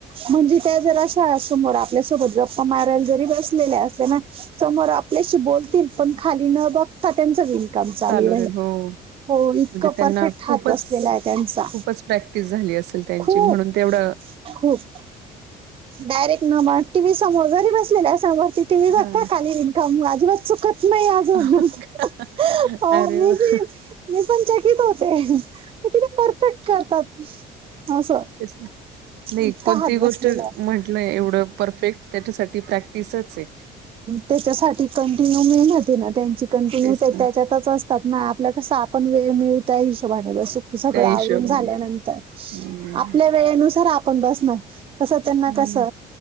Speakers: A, on the right; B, on the right.
A: म्हणजे त्या जर अशा समोर आपल्यासोबत गप्पा मारायला जरी बसलेल्या असल्याना समोर आपल्याशी बोलतील पण खाली न बघता त्यांच होईल. काम चाललय
B: चालू राहील हो.
A: हो इतकं
B: म्हणजे त्यांना
A: परफेक्ट
B: खूपच-
A: हात बसलेला आहे त्यांचा
B: खूपच प्रॅक्टिस झाली असेल त्यांची
A: खूप
B: म्हणून तेवढं
A: खूप डायरेक्ट न ब टी वी समोर जरी बसलेल्या असा वरती टी वी बघता
B: हां.
A: खाली <unintelligible> अजिबात चुकत नाही आज <inaudible>
B: हो का?
A: हो
B: अरे
A: मी
B: वाह!
A: जे मी पण चकीत होत ये किती परफेक्ट करतात असं.
B: नाही
A: इतका
B: कोणती
A: हात
B: ही गोष्ट
A: बसलेला
B: म्हंटलं एवढं परफेक्ट त्याच्यासाठी प्रॅक्टिसच चये.
A: त्याच्यासाठी कंटिन्यू मेहनत येना त्यांची कंटिन्यू
B: तेच
A: ते
B: ना
A: त्याच्यात तच असतात ना आपल्या कस आपण वेळ मिळू त्या हिशोबाने बसू सगळं
B: त्या हिशोबाने.
A: आवरून झाल्यानंतर
B: हं,
A: आपल्या वेळेनुसार आपण बसणार तस त्यांना
B: हं.
A: कस